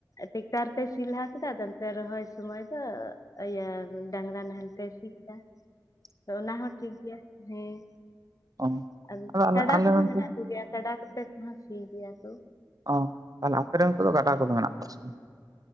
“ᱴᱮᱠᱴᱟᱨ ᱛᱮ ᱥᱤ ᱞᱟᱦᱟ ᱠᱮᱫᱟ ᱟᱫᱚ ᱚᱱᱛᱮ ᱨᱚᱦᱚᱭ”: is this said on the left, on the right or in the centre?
Left